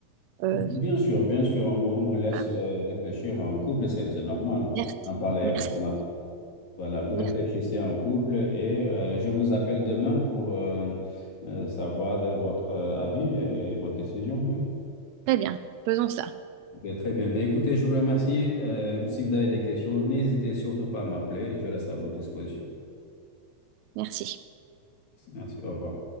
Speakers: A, on the right (about 80°); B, on the left (about 70°).
A: euh,
B: bien sûr, bien sûr, on vous, on vous laisse
A: voilà.
B: euh, réfléchir en couple, c'est c'est normal
A: Merci,
B: d'en parler
A: merci,
B: à votre mari. Voilà, vous
A: merci.
B: réfléchissez en couple et euh, je vous appelle demain pour euh, euh, savoir euh, votre euh, avis et votre décision, oui.
A: Très bien. Faisons ça.
B: Ben, très bien. Ben, écoutez, je vous remercie. Euh, si vous avez des questions, n'hésitez surtout pas à m'appeler. Je reste à votre disposition.
A: Merci.
B: Merci, Au revoir.